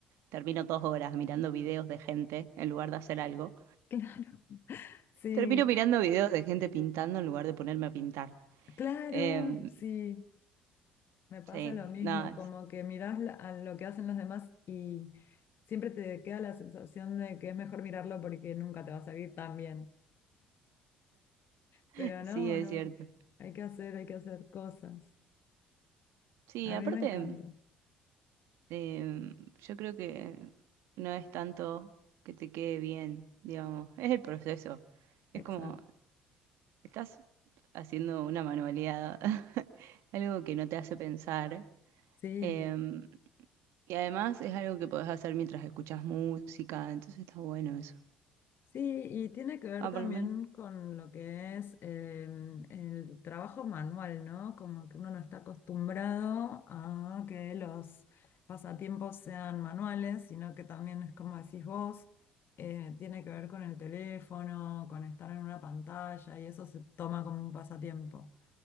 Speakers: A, on the right; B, on the left.
A: termino dos horas mirando videos de gente en lugar de hacer algo.
B: <laughs> claro, sí,
A: Termino mirando videos de gente pintando en lugar de ponerme a pintar.
B: claro,
A: Em,
B: sí. Me pasa
A: sí,
B: lo mismo,
A: no,
B: como que mirás la- a lo que hacen los demás y siempre te queda la sensación de que es mejor mirarlo porque nunca te va a salir tan bien.
A: <laughs>
B: Pero no,
A: sí es
B: no.
A: cierto.
B: Hay que hacer, hay que hacer cosas.
A: Sí,
B: A
A: aparte,
B: mí me encanta.
A: em, yo creo que no es tanto que te quede bien, digamos, es el proceso.
B: Exacto.
A: Es como Estás haciendo una manualidad, <laughs> algo que no te hace pensar.
B: Sí,
A: em, y además es algo que podés hacer mientras escuchas música, entonces está bueno eso.
B: sí, y tiene que ver
A: Ah,
B: también
A: por lo menos.
B: con lo que es eh, el trabajo manual, ¿no? Como que uno no está acostumbrado a que los pasatiempos sean manuales, sino que también es como decís vos, eh, tiene que ver con el teléfono, con estar en una pantalla, y eso se toma como un pasatiempo.